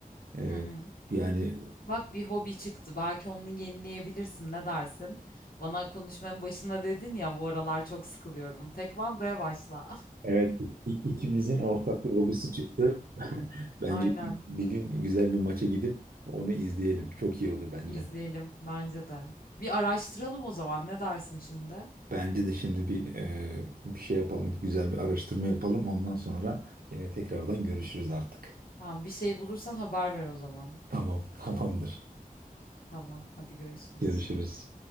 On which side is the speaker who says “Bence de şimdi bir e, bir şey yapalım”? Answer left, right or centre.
Right